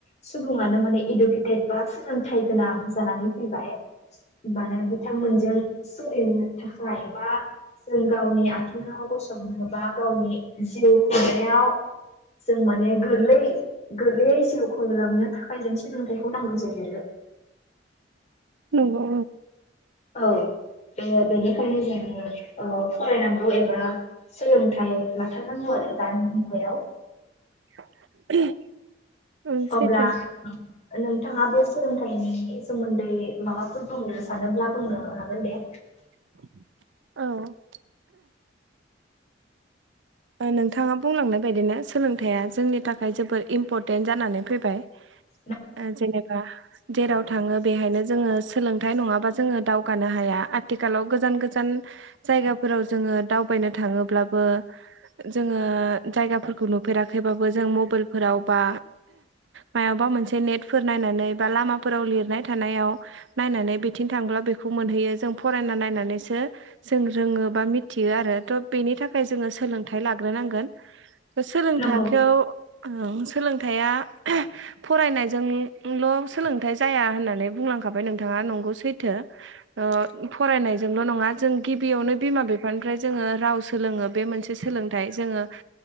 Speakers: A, on the left (about 40°); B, on the right (about 70°).
A: सुबुङानो माने इदुकेटेद बा सोलोंथाइ गोनां जानानै फैबाय। माने बिथांमोनजों सोलिनो थाखाय बा जों गावनि आथिङाव गसंनो बा गावनि जिउ खुंनायाव जों माने गोरलै गोोरलै जिउखौनो थाखाय जों सोलोंथाइखौ नांगौ जायो आरो।
B: नंगौ।
A: औ बेनिखायनो जों औ फरायनांगौ एबा सोलोंथाइ लाथारनांगौ आरो दानि मुगायाव।
B: <unintelligible> ओं
A: अब्ला
B: सैथो
A: नोंथाङाबो सोलोंथाइनि सोमोन्दै माबाफोर बुंनो सानोब्ला बुंनो हागोन दे।
B: औ। नोंथाङा बुंलांनाय बायदिनो सोलोंथाइ जोंनि थाखाय जोबोर इम्परटेन्ट जानानै फैबाय।
A: <inaudible>
B: आ जेनबा जेराव थाङो बेहायनो जोङो सोलोंथाइ नङाबा जोङो दावगानो हाया आथिखालाव गोजान गोजान जायगाफोराव जोङो दावबायनो थाङोब्लाबो जोङो जायगाफोरखौ नुफेराखैबाबो जों मबाइलफोराव बा मायावाबा मोनसे नेटफोर नायनानै बा लामाफोराव लिरनाय थानायाव नायनानै बिथिं थांब्ला बेखौ मोनहैयो जों फरायना नायनानैसो जों रोङो बा मिथियो आरो थ' बेनि थाखाय जोङो सोलोंथाइ लाग्रोनांगोन सोलोंथखौआव
A: नंगौ
B: ओं सोलोंथाइया फरायनायजोंल' सोलोंथाइ जाया होननानै बुंलांखाबाय नोंथाङा नंगौ सैथो। ओ फरायनायजोंल' नङा जों गिबियावनो बिमा बिफानिफ्राय जोङो राव सोलोङो बे मोनसे सोलोंथाइ जोङो